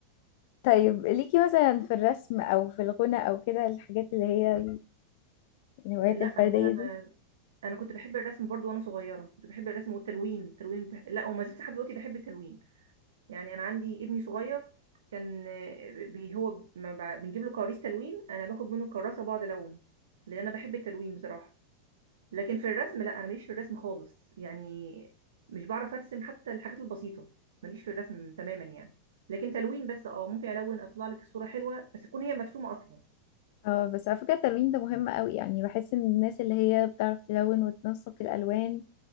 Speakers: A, on the left (about 50°); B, on the right (about 60°).
A: طيب ليكي مثلا في الرسم او في الغنى او كده الحاجات اللي هي الهوايات
B: لا
A: الفردية
B: هو انا
A: دي
B: ما... انا كنت بحب الرسم برضو وانا صغيره كنت بحب الرسم والتلوين التلوين بح... لا وما زلت لحد دلوقتي بحب التلوين يعني انا عندي ابني صغير كان آه، بي هو ما ب- بنجيب له كراريس تلوين انا باخد منه كراسه بقعد الون لان انا بحب التلوين بصراحه لكن في الرسم لا انا ماليش في الرسم خالص يعني مش بعرف ارسم حتى الحاجات البسيطه ماليش في الرسم تماما يعني لكن تلوين بس اه ممكن الون اطلع لك الصوره حلوه بس تكون هي مرسومه اصلا
A: اه بس على فكرة التلوين ده مهم قوي يعني بحس ان الناس اللي هي بتعرف تلون وتنسق الالوان